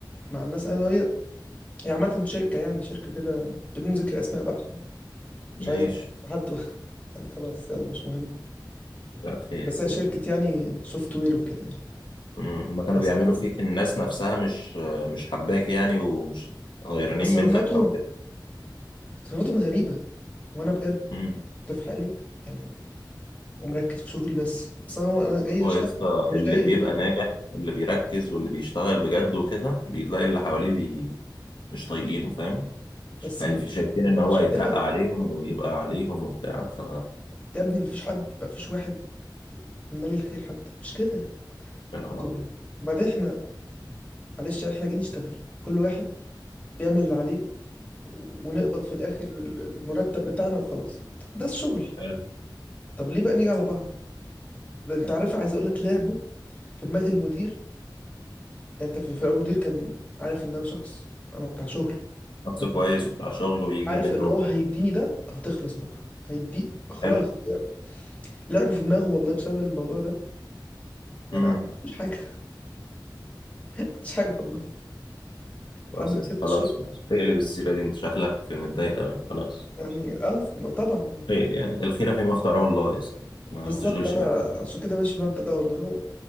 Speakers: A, on the left (about 20°); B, on the left (about 75°).
A: مع الناس انا وهي هي عامه شركه يعني شركه كده بدون ذكر اسماء بقى عشان مش
B: ماشي
A: عايز أعرف في حد بقى. <laughs> يعني خلاص يلا مش مهم
B: يا اخي
A: بس هي شركه يعني سوفت وير وكده يعني
B: مم. هما كانوا
A: بس
B: بيعملوا فيك الناس نفسها مش مش حباك يعني ومش غيرانين
A: تصرفاتهم
B: منك او كده
A: تصرفاتهم غريبه وانا بجد
B: مم.
A: كنت في حالي يعني ومركز في شغلي بس اصلا هو انا جاي
B: هو
A: اشتغل
B: يا اسطى
A: انا
B: اللي
A: مش جاي
B: بيبقى ناجح اللي بيركز واللي بيشتغل بجد وكده بيلاقي اللي حواليه مش طايقينه فاهم مش
A: بس
B: خايف
A: م-
B: شايفين ان هو
A: مش
B: هيترقى
A: كده
B: عليهم ويبقى عليهم وبتاع ف
A: يا ابني مفيش حد مفيش واحد منا لي الخير حتى مش كده
B: يا نهار
A: انتوا-
B: ابيض
A: وبعدين احنا معلش احنا جايين نشتغل كل واحد بيعمل اللي عليه ونقبض في الاخر المرتب بتاعنا وخلاص ده الشغل
B: حلو
A: طب ليه بقى نيجي على بعض ده انت عارف عايز اقول لك لعبه في دماغ المدير يعني انت في في الاول المدير كان عارف ان انا شخص انا بتاع شغل
B: شخص
A: انا
B: كويس وبتاع شغله ويجي
A: عارف
B: منه
A: ان هو هيديني
B: بتاع.
A: ده هتخلص بكره هيدي خلاص
B: حلو
A: يعني لعبه في دماغه والله بسبب الموضوع ده يعني
B: امم
A: انا مش حاجه <laughs> مش حاجه والله
B: خلاص
A: لحد ما
B: يا اسطى،
A: سبت
B: خلاص
A: الشغل
B: خلاص اقلب السيره دي انت شكلك متضايق قوي خلاص
A: يعني
B: خلاص
A: اه ما طبعا ما-
B: خير يعني الخير فيما اختاره الله يا اسطى. ما
A: بالظبط
B: تشغلش
A: انا
B: بالك
A: عشان كده ماشي بمبدأ ده والله هو